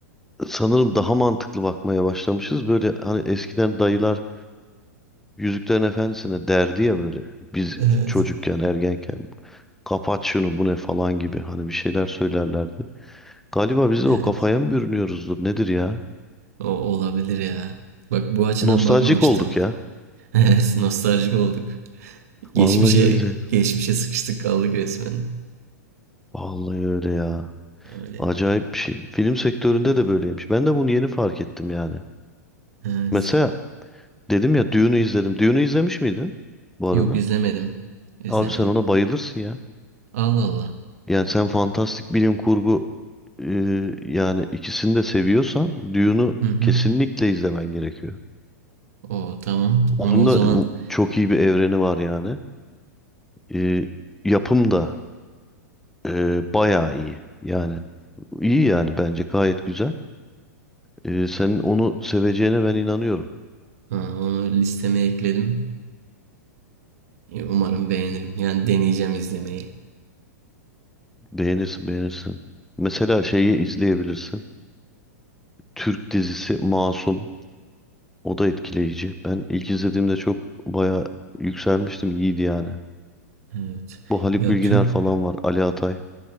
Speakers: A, in the centre; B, on the right.
A: sanırım daha mantıklı bakmaya başlamışız. Böyle hani eskiden dayılar Yüzüklerin Efendisi'ne derdi ya böyle biz
B: Evet.
A: çocukken, ergenken kapat şunu bu ne falan gibi hani bir şeyler söylerlerdi. Galiba biz de
B: Evet.
A: o kafaya mı bürünüyoruzdur nedir ya?
B: O olabilir ya. Bak bu açıdan
A: Nostaljik
B: bakmamıştım.
A: olduk ya.
B: <laughs> Evet, nostaljik olduk. Geçmişe
A: Vallahi billahi.
B: geçmişe sıkıştık kaldık resmen.
A: Vallahi öyle ya.
B: Öyle.
A: Acayip bir şey. Film sektöründe de böyleymiş. Ben de bunu yeni fark ettim yani.
B: Evet.
A: Mesela dedim ya Dune'u izledim. Dune'u izlemiş miydin bu arada?
B: Yok izlemedim. İzlemedim.
A: Abi sen ona bayılırsın ya.
B: Allah Allah.
A: Yani sen fantastik bilim kurgu e, yani ikisini de seviyorsan Dune'u
B: Hı hı.
A: kesinlikle izlemen gerekiyor.
B: O tamam.
A: Onun
B: Onu o
A: da
B: zaman
A: e, çok iyi bir evreni var yani. E, yapım da e, bayağı iyi. Yani iyi yani bence gayet güzel. E, senin onu seveceğine ben inanıyorum.
B: ha, onu listeme ekledim. E, Umarım beğenirim. Yani deneyeceğim izlemeyi.
A: Beğenirsin, beğenirsin. Mesela şeyi izleyebilirsin. Türk dizisi Masum. O da etkileyici. Ben ilk izlediğimde çok baya yükselmiştim. İyiydi yani.
B: Evet.
A: Bu Haluk
B: Ya
A: Bilginer
B: Türk
A: falan var. Ali Atay.